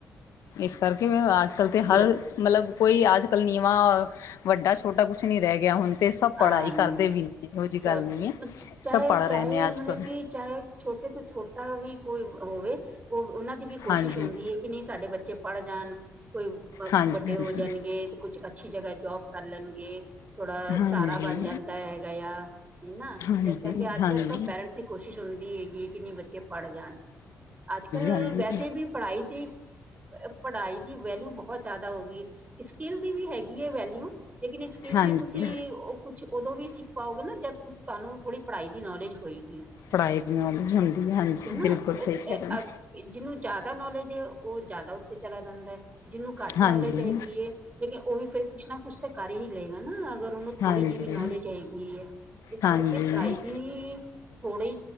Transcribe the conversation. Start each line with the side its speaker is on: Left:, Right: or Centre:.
Left: ਇਸ ਕਰਕੇ ਅੱਜ ਕੱਲ੍ਹ ਤਾਂ ਹਰ
Right: ਬ
Left: ਮਤਲਬ ਕੋਈ ਅੱਜ ਕੱਲ੍ਹ ਨੀਵਾਂ, ਵੱਡਾ- ਛੋਟਾ ਕੁਛ ਨਹੀਂ ਰਹਿ ਗਿਆ ਹੁਣ। ਤੇ ਸਭ ਪੜ੍ਹਾਈ
Right: ਹਾਂ
Left: ਕਰਦੇ ਵੀ ਨੇ ਇਹੋ ਜਿਹੀ
Right: ਸਭ
Left: ਗੱਲ ਨਹੀਂ ਏ,
Right: ਚਾਹੇ
Left: ਸਭ ਪੜ੍ਹ
Right: ਚਾਹੇ
Left: ਰਹੇ ਨੇ ਅੱਜ
Right: ਮਤਲਬ
Left: ਕੱਲ।
Right: ਕਿ ਚਾਹੇ ਛੋਟੇ ਤੋਂ ਛੋਟਾ ਵੀ ਕੋਈ ਹੋਵੇ। ਉਹ ਉਹਨਾਂ ਦੀ ਵੀ ਕੋਸ਼ਿਸ਼
Left: ਹਾਂਜੀ
Right: ਹੁੰਦੀ ਹੈ ਕਿ ਨਹੀਂ ਸਾਡੇ ਬੱਚੇ ਪੜ੍ਹ ਜਾਣ। ਕੋਈ ਅ
Left: ਹਾਂਜੀ
Right: ਵੱਡੇ
Left: ਹਾਂਜੀ
Right: ਹੋ ਜਾਣਗੇ ਤੇ ਕੁਛ ਅੱਛੀ ਜਗ੍ਹਾ ਜੋਬ ਕਰ ਲੈਣਗੇ। ਥੋੜਾ
Left: ਹਾਂਜੀ
Right: ਸਾਰਾ ਬਣ ਜਾਂਦਾ ਹੈਗਾ ਆ ਹਨਾ।
Left: ਹਾਂਜੀ
Right: ਇਸ ਕਰਕੇ ਅੱਜ
Left: ਹਾਂਜੀ ਹਾਂਜੀ
Right: ਕੱਲ੍ਹ ਸਭ ਪੈਰੈਂਟਸ ਕੋਸ਼ਿਸ਼ ਹੁੰਦੀ ਹੈਗੀ ਕਿ ਨਹੀਂ ਬੱਚੇ ਪੜ੍ਹ ਜਾਣ। ਅੱਜ ਕੱਲ੍ਹ
Left: ਹਾਂਜੀ
Right: ਵੈਸੇ ਵੀ ਪੜ੍ਹਾਈ ਦੀ ਪੜ੍ਹਾਈ ਦੀ ਵੈਲਿਊ ਬਹੁਤ ਜ਼ਿਆਦਾ ਹੋ ਗਈ। ਸਕਿੱਲ ਦੀ, ਵੀ ਹੈਗੀ ਹੈ ਵੈਲਿਊ। ਲੇਕਿਨ ਇਹ ਸਕਿੱਲ
Left: ਹਾਂਜੀ
Right: ਵੀ ਤੁਸੀਂ। ਉਹ ਕੁਛ, ਉਦੋਂ ਵੀ ਸਿੱਖ ਪਾਓਗੇ ਨਾ। ਜਦ ਤੁਹਾਨੂੰ ਥੋੜੀ ਪੜਾਈ, ਦੀ ਨੌਲੇਜ ਹੋਏਗੀ।
Left: ਪੜਾਈ ਵੀ ਨੌਲੇਜ ਹੁੰਦੀ ਹੈ। ਹਾਂਜੀ,
Right: ਹਨਾ
Left: ਬਿਲਕੁਲ
Right: ਅ-
Left: ਸਹੀ ਕਰਨ।
Right: ਅ- ਜਿਹਨੂੰ ਜ਼ਿਆਦਾ, ਨੌਲੇਜ ਹੈ। ਉਹ ਜ਼ਿਆਦਾ ਉੱਤੇ, ਚਲਾ ਜਾਂਦਾ ਹੈ। ਜਿਹਨੂੰ ਘੱਟ,
Left: ਹਾਂਜੀ
Right: ਨੌਲੇਜ ਹੈਗੀ ਏ। ਲੇਕਿਨ ਉਹ ਵੀ, ਫੇਰ ਕੁਛ ਨਾ ਕੁਛ ਤੇ, ਕਰ ਹੀ ਲਏਗਾ ਨਾ। ਅਗਰ।
Left: ਹਾਂਜੀ
Right: ਥੋੜੀ ਜਿਹੀ, ਵੀ ਨੌਲੇਜ ਹੈਗੀ ਏ। ਇਸ
Left: ਹਾਂਜੀ
Right: ਕਰਕੇ ਪ੍ਰਾਈਜ਼। ਥੋੜੇ